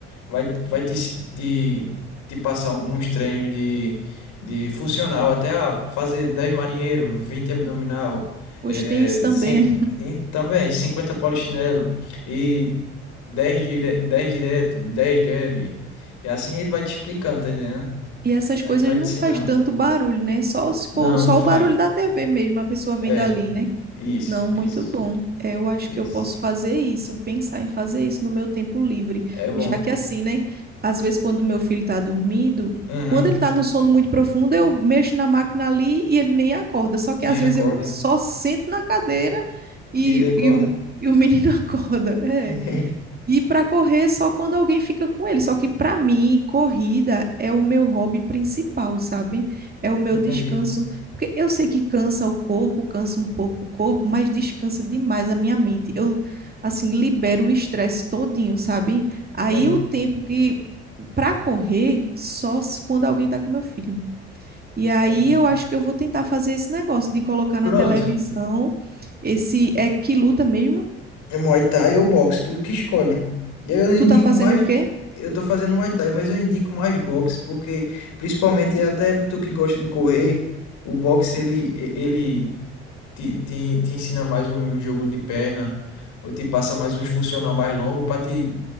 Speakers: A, on the left; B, on the right.
A: vai, vai te, te, te passar um- uns treinos de, de funcional, até ah, fazer 10 marinheiro, 20 abdominal,
B: Hoje
A: é,
B: tem isso também.
A: cin- e também 50 polichinelo e dez dire, 10 direto, 10 jab, e assim ele vai te explicando, tá entendendo?
B: E essas
A: Aí
B: coisas
A: tu vai
B: não
A: te ensinando.
B: faz tanto barulho, né? Só se for
A: Não,
B: só
A: não faz.
B: o barulho da TV mesmo, a pessoa vendo
A: É,
B: ali, né?
A: isso,
B: Não, muito
A: isso,
B: bom. É, eu acho
A: isso.
B: que eu posso fazer isso, pensar em fazer isso no meu tempo livre.
A: É bom.
B: Já que assim, né? Às vezes, quando meu filho tá dormindo,
A: Uhum,
B: quando ele tá num sono muito profundo, eu mexo na máquina ali e ele nem acorda. Só que
A: nem
B: às vezes
A: acorda.
B: eu só sento na cadeira e,
A: E ele acorda.
B: e o, e o menino <laughs> acorda. É.
A: Uhum.
B: E para correr só quando alguém fica com ele. Só que para mim, corrida é o meu hobby principal, sabe? É o meu
A: Entendi,
B: descanso. Porque eu sei que cansa o corpo, cansa um pouco o corpo, mas descansa demais a minha mente. Eu, assim, libero o estresse todinho, sabe? Aí
A: entendi,
B: o tempo que para correr só se- quando alguém tá com meu filho. E aí
A: entendi.
B: eu acho que eu vou tentar fazer esse negócio de colocar na
A: Pronto.
B: televisão esse é que luta mesmo?
A: É Muay Thai ou boxe, tu que escolhe. Eu indico
B: Tu tá fazendo
A: mais.
B: o quê?
A: Eu tô fazendo Muay Thai, mas eu indico mais boxe, porque, principalmente até tu que gosta de correr, o boxe ele, ele te, te, te ensina mais um jogo de perna, ou te passa mais uns funcional mais longo para te,